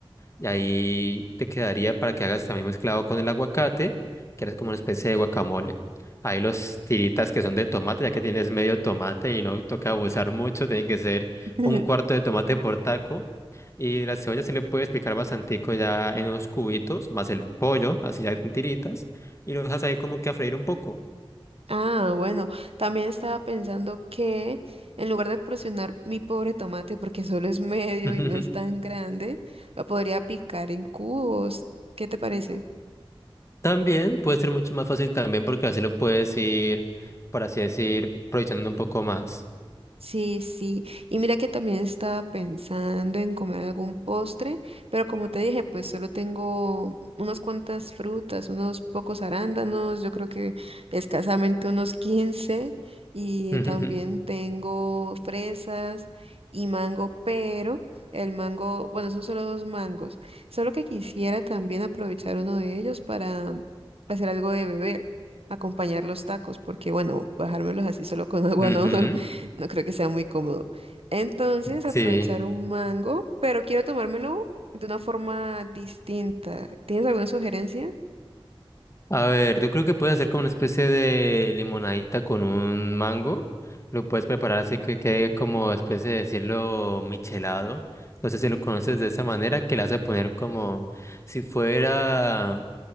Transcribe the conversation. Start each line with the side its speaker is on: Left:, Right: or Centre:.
Left: Y ahí te quedaría para que hagas también mezclado con el aguacate, que eres como una especie de guacamole. Ahí los tiritas que son de tomate, ya que tienes medio tomate y no toca abusar mucho, tiene que ser
Right: <laughs>
Left: un cuarto de tomate por taco. Y la cebolla se le puede picar bastantico ya en unos cubitos, más el pollo, así ya con tiritas. Y lo dejas ahí como que a freír un poco.
Right: Ah, bueno, también estaba pensando que en lugar de porcionar mi pobre tomate, porque solo es medio
Left: <laughs>
Right: y no es tan grande, lo podría picar en cubos. ¿Qué te parece?
Left: También puede ser mucho más fácil también porque así lo puedes ir, por así decir, proyectando un poco más.
Right: Sí, sí. Y mira que también estaba pensando en comer algún postre, pero como te dije, pues solo tengo unas cuantas frutas, unos pocos arándanos, yo creo que escasamente unos <laughs> 15, y
Left: <laughs>
Right: también tengo fresas y mango, pero el mango, bueno, son solo dos mangos, solo que quisiera también aprovechar uno de ellos para hacer algo de beber, acompañar los tacos, porque bueno, bajármelos así solo con agua
Left: Ujú, ujú.
Right: no. <laughs> No creo que sea muy cómodo. Entonces, aprovechar
Left: Sí.
Right: un mango, pero quiero tomármelo de una forma distinta. ¿Tienes alguna sugerencia?
Left: A ver, yo creo que puedes hacer como una especie de limonadita con un mango. Lo puedes preparar así que quede como especie de decirlo michelado. No sé si lo conoces de esa manera, que le hace poner como si fuera